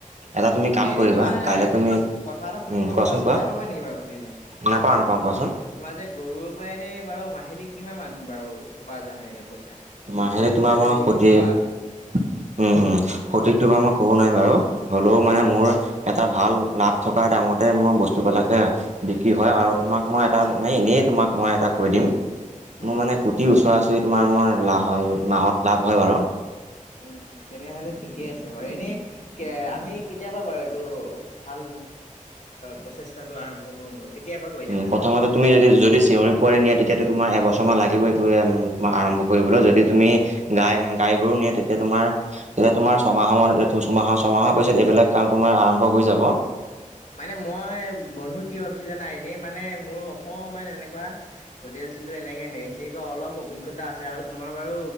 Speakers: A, on the right (about 60°); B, on the left (about 60°).
A: এটা
B: অ'
A: তুমি
B: পিছে
A: কাম
B: এনেই
A: কৰিবা
B: তোমাৰ
A: কাইলে তুমি
B: কথা এটা সুধিব
A: উম কোৱাচোন
B: লগা আছিল
A: কোৱা
B: বেয়া পাবা নেকি বাৰু সুধিলে?
A: নাপাওঁ নাপাওঁ কোৱাচোন
B: তোমাৰ যে গৰুৰ পৰা এনেই বাৰু মাহিলী কিমান মান বাৰু উপাৰ্জন হয় এনে? পইচা? যদি
A: মাহেলি
B: বন্ধু
A: তোমাৰ
B: হিচাপে
A: মই,
B: তুমি
A: সত
B: মোক কোৱা
A: সঠক তোমাৰ মই ক'ব নাই বাৰু। হ'লেও
B: উম।
A: মানে মোৰ এটা ভাল লাভ থকা দামতে মোৰ বস্তুবিলাকে বিক্ৰী হয় আৰু তোমাক মই াত মানে এনেই তোমাক মই এটা কৈ দিম,
B: উম,
A: মোৰ মানে গুটিৰ ওচৰা ওচৰি তোমাৰ মই লাহন মাহত লাভ হয় বাৰু।
B: <inaudible> তেনেহলে ঠিকে আছে বাৰু এনেই কে আমি কেতিয়াবা বাৰু এইটো ভাল প্ৰচেষ্টাটো আৰম্ভ কৰোম বাৰু। কেতিয়াৰ পৰা কৰিলে
A: উম
B: ভাল
A: প্ৰথমতে
B: হ'ব পিছে?
A: তুমি যদি চেঞৰ পোৱাল নিয়া তেতিয়াতো তোমাৰ এবছ মান লাগিব এইটোম আৰম্ভ কৰিবলৈ যদি তুমি গাই গাই গৰু নিয়ে তেতিয়া তোমাৰ তেতিয়া তোমাৰ ছমাহ ছমাহৰ ছমাহৰ পিছত এইবিলাক কাম তোমাৰ আৰম্ভ হৈ যাব।
B: মানে মই বন্ধু কি ভাবিছো জানা এনেই মানে মোৰ অকমান এনেকুৱা হোটেল আছিলো এনেকে হেৰি চৰিক অলপ অভিজ্ঞতা আছে আৰু তোমাৰ বাৰু